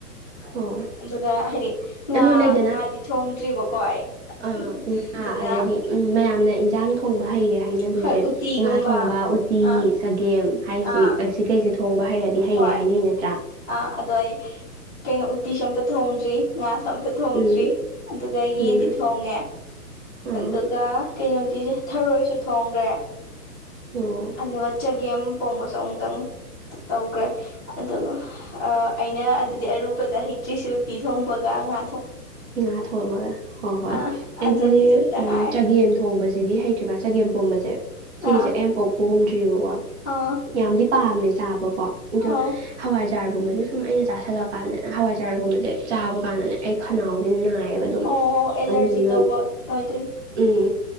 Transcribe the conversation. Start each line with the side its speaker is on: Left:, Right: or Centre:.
Right: ꯑꯣ
Left: ꯑꯗꯨꯒ ꯍꯥꯏꯗꯤ ꯉꯥ
Right: ꯑꯗꯣ ꯂꯩꯗꯅ
Left: ꯉꯥꯗꯤ ꯊꯣꯡꯗ꯭ꯔꯤꯕꯀꯣ ꯑꯩ
Right: ꯑꯥ
Left: ꯎꯝ
Right: ꯉꯥ
Left: ꯑꯗꯨꯅ
Right: ꯑꯗꯩꯗꯤ ꯎꯝ ꯃꯌꯥꯝꯅ ꯏꯟꯖꯥꯡ ꯊꯣꯡꯕ ꯍꯩꯔꯦ ꯍꯥꯏꯅꯗꯣꯏꯁꯦ
Left: ꯍꯣꯏ ꯎꯇꯤꯒꯨꯝꯕ
Right: ꯉꯥ ꯊꯣꯡꯕ ꯎꯇꯤ
Left: ꯑꯥ
Right: ꯆꯒꯦꯝ ꯍꯥꯏꯁꯦ
Left: ꯑꯥ
Right: ꯑꯁꯤ ꯀꯩꯁꯤ ꯊꯣꯡꯕ ꯍꯩꯔꯗꯤ ꯍꯩꯔꯦ
Left: ꯍꯣꯏ
Right: ꯍꯥꯏꯅꯩ ꯅꯠꯇ꯭ꯔꯥ
Left: ꯑꯥ ꯑꯗꯣ ꯑꯩ ꯀꯩꯅꯣ ꯎꯇꯤꯁꯨ ꯑꯝꯇ ꯊꯣꯡꯗ꯭ꯔꯤ ꯉꯥ ꯇ ꯊꯣꯡꯗ꯭ꯔꯤ
Right: ꯎꯝ
Left: ꯑꯗꯨꯒ ꯌꯦꯟꯗꯤ
Right: ꯎꯝ
Left: ꯊꯣꯡꯉꯦ
Right: ꯑꯥ
Left: ꯑꯗꯨꯒ ꯀꯩꯅꯣꯗꯤ ꯊꯔꯣꯏꯁꯨ ꯊꯣꯡꯈ꯭ꯔꯦ
Right: ꯑꯣ
Left: ꯑꯗꯨꯒ ꯆꯒꯦꯝ ꯄꯣꯝꯕꯁꯨ ꯑꯃꯨꯛꯇꯪ ꯇꯧꯈ꯭ꯔꯦ ꯑꯗꯨ ꯑ ꯑꯩꯅ ꯑꯗꯨꯗꯤ ꯑꯔꯨꯕꯗ ꯍꯩꯇ꯭ꯔꯤꯁꯨ ꯎꯇꯤ ꯊꯣꯡꯕꯒ ꯉ
Right: ꯉꯥ ꯊꯣꯡꯝꯃꯒ ꯍꯣꯏ ꯍꯣꯏ
Left: ꯑꯥ
Right: ꯑꯩꯁꯤꯗꯤ
Left: ꯑꯗꯨ ꯑꯅꯤꯗꯨ ꯈꯛꯇ
Right: ꯎꯝ
Left: ꯉꯥꯏꯔꯦ
Right: ꯆꯒꯦꯝ ꯊꯣꯡꯕꯁꯤꯗꯤ ꯍꯩꯇ꯭ꯔꯤꯕ ꯆꯒꯦꯝ ꯐꯣꯝꯕꯁꯦ ꯁꯤꯒꯤꯁꯦ
Left: ꯑꯥ
Right: ꯑꯦꯝ ꯐꯥꯎ ꯍꯣꯝꯗ꯭ꯔꯤꯕꯀꯣ
Left: ꯑꯥ
Right: ꯌꯥꯝꯗꯤ ꯄꯥꯝꯃꯦ ꯇꯥꯕꯀꯣ ꯑ
Left: ꯑꯧ
Right: ꯍꯋꯥꯏ ꯍ ꯆꯥꯔꯒꯨꯝꯕꯁꯦ ꯁꯨꯝ ꯑꯩꯅ ꯆꯥꯥꯁꯜꯂꯛꯀꯥꯟꯗꯅꯦ ꯍꯋꯥꯏ ꯆꯥꯔꯒꯨꯝꯕꯁꯦ ꯆꯥꯕ ꯀꯥꯟꯗꯅꯦ ꯑꯩ ꯈꯅꯥꯎꯗꯤ ꯅꯥꯔꯦ ꯕ ꯑꯗꯨꯝ
Left: ꯑꯣ ꯑꯦꯂꯔꯖꯤ
Right: ꯑꯗꯨꯗꯨꯅ
Left: ꯇꯧꯕ ꯑꯣꯏꯗꯣꯏꯅꯦ
Right: ꯎꯝ